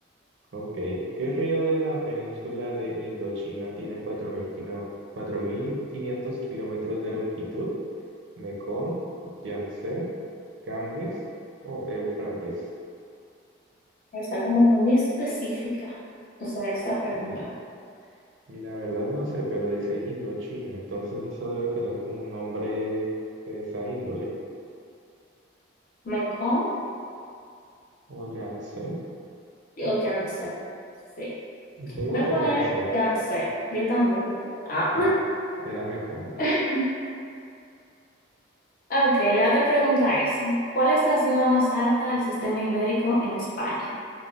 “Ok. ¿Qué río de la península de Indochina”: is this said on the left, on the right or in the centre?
Right